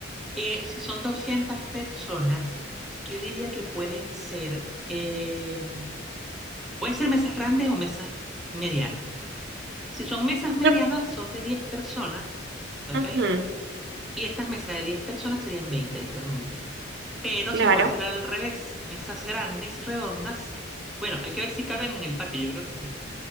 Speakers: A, in the centre; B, on the right.
A: eh, si son 200 personas, yo diría que pueden ser, eh, pueden ser mesas grandes o mesas medianas. Si son mesas medianas,
B: Yo-
A: son de 10 personas, ¿ok?
B: Ujú,
A: Y estas mesas de diez personas serían 20, obviamente, pero
B: claro.
A: se puede hacer al revés, mesas grandes, redondas. Bueno, hay que ver si caben en el patio, yo creo que sí